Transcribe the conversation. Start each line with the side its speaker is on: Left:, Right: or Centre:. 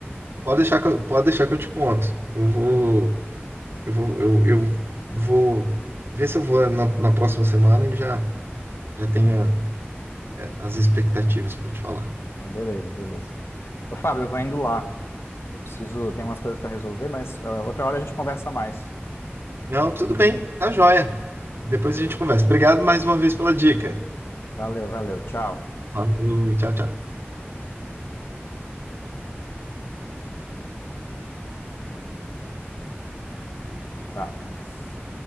Right: Pode deixar que eu, pode deixar que eu te conto. Eu vou, eu vou, eu, eu vou ver se eu vou na, na próxima semana e já, já tenho a- as expectativas para te falar.
Left: Ah, beleza, beleza. Ô, Fábio, eu vou indo lá. Eu preciso, tem umas coisas pra resolver, mas ah, outra hora a gente conversa mais.
Right: Não, tudo bem, tá joia. Depois a gente conversa. Obrigado mais uma vez pela dica.
Left: Valeu, valeu. Tchau.
Right: Falou, tchau, tchau.
Left: Tá, vamos.